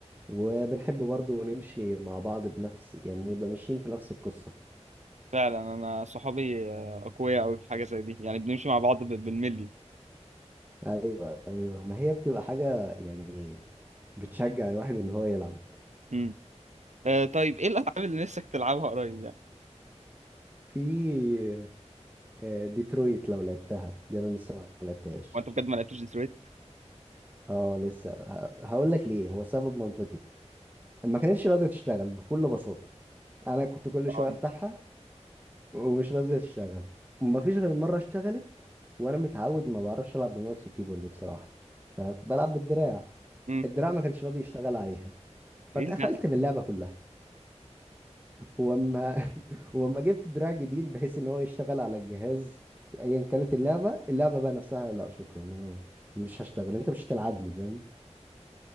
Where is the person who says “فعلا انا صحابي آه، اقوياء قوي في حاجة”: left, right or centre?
Right